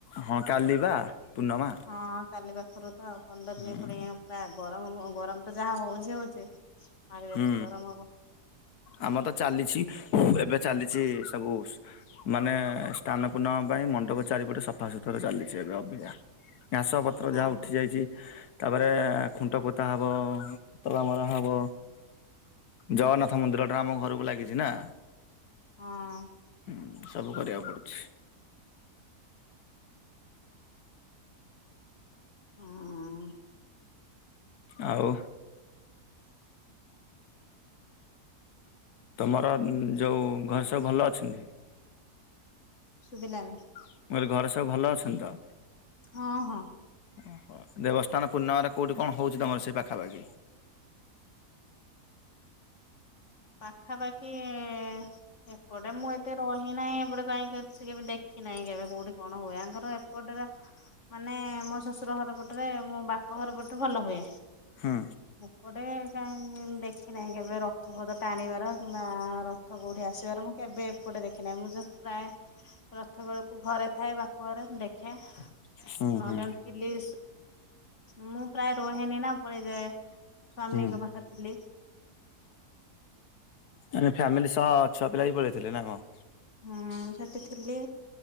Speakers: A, on the left (about 75°); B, on the left (about 50°).
A: ହଁ, କାଲି ବା ପୂର୍ଣ୍ଣମା।
B: ହଁ, ହଁ, କାଲି ପା ଶ୍ରଦ୍ଧା, ଆଉ ପନ୍ଦର ଦିନି
A: ହୁଁ
B: ପୁଣି-ଇ -ପୁରା ଗରମ୍-ଉଁ-ଉଁ-ଗରମ୍ ତ ଯାଆ ହୋଉଛି ହୋଉଚି। ଆଉରି ବେଶି
A: ହୁଁ
B: ଗରମ୍ ହବ।
A: ଆମର ତ ଚାଲିଛି, ଏବେ ଚାଲିଛି ସବୁ ଉସ୍ ମାନେ ଷ୍ଟାନ ପୂର୍ଣ୍ଣମା ପାଇଁ ମଣ୍ଡପ ଚାରିପଟେ ସଫା ସୁତର ଚାଲିଛି, ଏବେ ଅବିକା। ଘାସ ପତ୍ର
B: ହଁ
A: ଯାହା ଉଠି
B: ହଁ
A: ଯାଇଛି, ତା'ପରେ-ଏଁ-ଏଁ-ଖୁଣ୍ଟ ପୋତା ହବ-ଅଁ-ଅଁ-ତଳା ମରାହ ହବ। ଜଗନ୍ନାଥ ମନ୍ଦିରଟା ଆମ ଘରୁକୁ ଲାଗିଛି ନା।
B: ହଁ-ଅଁ।
A: ହୁଁ, ସବୁ କରିଆକୁ ପଡୁଛି।
B: ହଁ-ଅଁ।
A: ଆଉ। ତୁମର ଯଉ ଘରେ ସବୁ ଭଲ ଅଛନ୍ତି?
B: ସୁୁଭିଲାନି।
A: ମୁଁ କହିଲି ଘରେ ସବୁ ଭଲ ଅଛନ୍ତି ତ?
B: ହଁ, ହଁ।
A: <inaudible> ଦେବସ୍ ସ୍ନାନ ପର୍ଣ୍ଣମାରେ କଉଁଠ କଣ ହଉଛି ତମର ସେ ପାଖାପାଖି?
B: ପାଖାପାଖି-ଇଁ ଏପଟେ ମୁଁ ଏତେ ରହିନାହିଁ। ଏପଟେ କାହିଁ କେତ୍ ସେ କେବେ ଦେଖି ନାହିଁ, କେବେ କୋଉଠି କଣ ହୁଏ? ୟାଙ୍କର ଏପଟରେ ମାନେ ମୋ ଶ୍ୱଶୁର ଘର ପଟରେ, ମୋ ବାପ ଘର ପଟେ ଭଲ ହୁଏ।
A: ହୁଁ।
B: ଏପଟେ କାହିଁ ଦେଖିିନାହିଁ, କେବେ ରଖ ରଥପଦ ଟାଣିବାର କିମ୍ବା ରଥ କଉଠି ଆସିବାର ମୁଁ କେବେ ଏପଟେ ଦେଖିନାହିଁ। ମୁଁ ଯଉ ପ୍ରାୟ ରଥ ବେଳକୁ ଘରେ ଥାଏ, ବାପ ଘରେ ମୁଁ ଦେଖେ।
A: ହୁଁ
B: ନହେଲେ
A: ହୁଁ
B: ଥିଲିସ୍ ମୁଁ ପ୍ରାୟ ରୁହେନି ନା ପଳେଇଯାଏ। ସ୍ଵାମୀଙ୍କ
A: ହୁଁ
B: ପାଖରେ ଥିଲି।
A: ମାନେ ଫ୍ୟାମିଲି ସହ ଛୁଆ ପିଲା ବିି ପଳେଇଥିଲେ ନା କଣ?
B: ହୁଁ ସେଠି ଥିଲି।